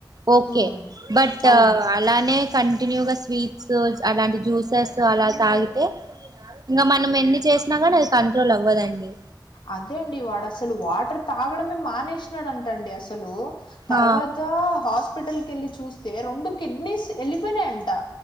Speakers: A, on the right (about 50°); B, on the left (about 75°).
A: ఒక్కే
B: ఉమ్
A: భట్టు
B: అవును
A: అలానే కంటిన్యూగా స్వీట్స్ అలాంటి జ్యూసెస్ అలా తాగితే ఇంకా మనం ఎన్ని చేసినా కానీ అది కంట్రోల్ అవ్వదండి
B: అదే అండి వాడు అస్సలు వాటర్ తాగడమే మానేసినాడంట అండి అస్సలు తర్వాత
A: ఆ
B: హాస్పిటల్ కెళ్ళి చూస్తే రెండు కిడ్నీస్ ఎల్లిపోయినై అంటా